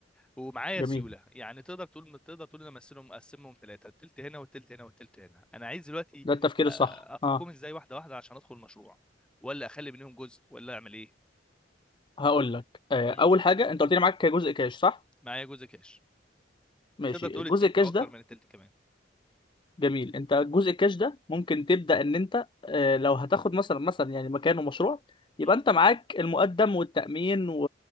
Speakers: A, in the centre; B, on the left.
A: ومعايا
B: جميل
A: سيوله يعني تقدر تقول تقدر تقول انا مقسمهم مقسمهم ثلاثه التلت هنا والتلت هنا والتلت هنا انا عايز دلوقتي
B: ده التفكير
A: آه،
B: الصح
A: افكهم
B: اه
A: ازاي واحده واحده عشان ادخل المشروع ولا اخلي منهم جزء ولا اعمل ايه
B: هقول لك آه
A: مم.
B: اول حاجه انت قلت لي معاك جزء كاش صح
A: معايا جزء كاش
B: ماشي
A: تقدر تقول
B: الجزء
A: التلت
B: الكاش
A: او اكتر
B: ده
A: من التلت كمان
B: جميل انت جزء الكاش ده ممكن تبدا ان انت آه، لو هتاخد مثلا مثلا يعني مكانه مشروع يبقى
A: مم.
B: انت معاك المقدم والتامين و...